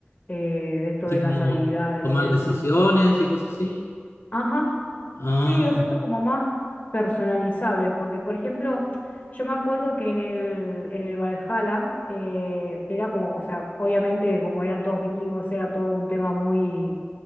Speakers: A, on the left; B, on the left.
A: eh, de esto
B: Así
A: de
B: como
A: las habilidades
B: tomar
A: y eso.
B: decisiones y cosas así.
A: Ajá.
B: Ah,
A: Sí, lo siento
B: <laughs>
A: como más personalizable, porque por ejemplo, yo me acuerdo que en el, en el Valhalla eh, era como, o sea, obviamente como eran todos vikingos, era todo un tema muy...